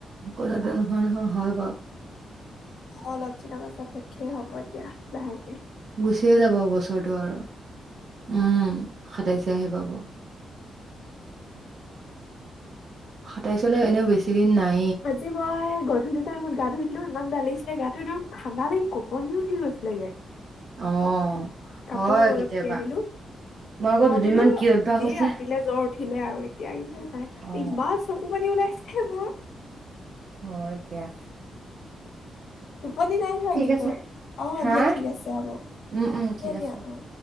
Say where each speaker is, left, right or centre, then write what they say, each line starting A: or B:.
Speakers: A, on the right; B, on the left.
A: অকললেতে নহয় নহয় হয় বাৰু
B: অ অলপ দিনৰ পাছত শেষেই হ'ব এতিয়া লাহে
A: গুচিয়ে যাব বছৰটো আৰু উম সদাই চ আহি পাব। সাতাইছলৈ এনেও বেছি দিন নাই।
B: আজি মই গধূলি টাইমত গা ধুইলো ইমান ডালিছ। ে গাতটো একদম ঠাণ্ডা লাগি কপনিও উঠি গৈছিলেগে।
A: অ!
B: কাপোৰো
A: হয়
B: অলপ
A: কেতিয়াবা,
B: তিয়াই দিলো
A: আকৌ
B: মই
A: দুদিনমান
B: বোলো
A: কি অভ্যাস
B: আজি
A: হৈছে।
B: ৰাতিলে জ্বৰ উঠিলে আৰু এতিয়া কিন্তু নাই
A: অ'।
B: ইমান চকু পানী ওলাই। <unintelligible>
A: অ দয়া
B: টোপনি নাই ধৰা কিন্তু,
A: আছে,
B: অ'
A: হা?
B: দিয়া ঠিক আছে হ'ব দিয়া-
A: উম, উম, ঠিক আছে।
B: দিয়া অ'।